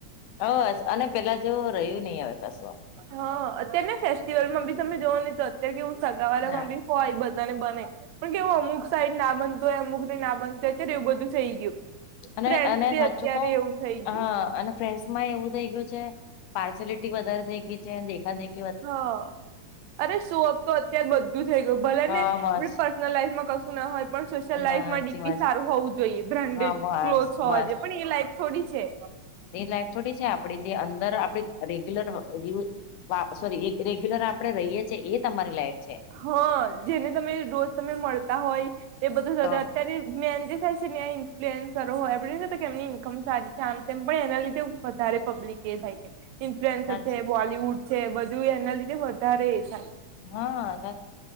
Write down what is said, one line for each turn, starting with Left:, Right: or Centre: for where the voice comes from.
Left: હ અને પેલા જેવુ રહ્યું નહી હવે કશો.
Right: હા અત્યારે ને ફેસ્ટિવલ માં બી તમે જોવો ને તો અત્યારે કેવું સગાવાલા
Left: ના
Right: માં બી હોય એ બધાને બને પણ કેવું અમુક સાઈડ ના બનતુ હોય અમુક ને ના બનતો હોય અત્યારે એવું બધું થઈ ગયું.
Left: અને
Right: ફ્રેન્ડસ
Left: અને
Right: બી
Left: સાચું
Right: અત્યારે
Left: કહું
Right: એવું થઈ
Left: હા
Right: ગયું
Left: અને ફ્રેન્ડસ માં એવું થઈ ગયું છે પાર્સાલિટી વધારે થઈ ગઈ છે દેખા દેખા
Right: હા અરે સો અપ તો અત્યારે બધું થઈ ગયું ભલે
Left: હા
Right: ને આપડી
Left: બસ
Right: પર્સનલ લાઈફમાં કશું ના હોય પણ સોશિયલ
Left: ના
Right: લાઈફમાં
Left: સાચી
Right: ડીપી
Left: વાત છે
Right: સારું હોવું જોઈએ બ્રાન્ડેડ
Left: હા બસ
Right: ક્લોથ હોવા
Left: બસ
Right: જોઈએ પણ એ લાઈફ થોડી છે.
Left: એ લાઈફ થોડી છે આપડી જે અંદર આપ રેગ્યુલર યુ સોરી રેગ્યુલર આ પડે રહીએ છીએ એ તમારી લાઈફ છે.
Right: હા જેને તમે રોજ તમે મળતા હોય. એ બધું
Left: તો
Right: અત્યારે મેન જે થાય છે ને ઇન્ફ્લુએન્સર હોય એ કે એમની ઇન્કમ સારી છે આમ તેમ પણ એના લીધે વધારે પબ્લિક એ થાય છે ઇન્ફ્લુએન્સ
Left: સાચી
Right: છે બોલીવુડ છે બધું એના લીધે વધારે એ થાય
Left: હા સા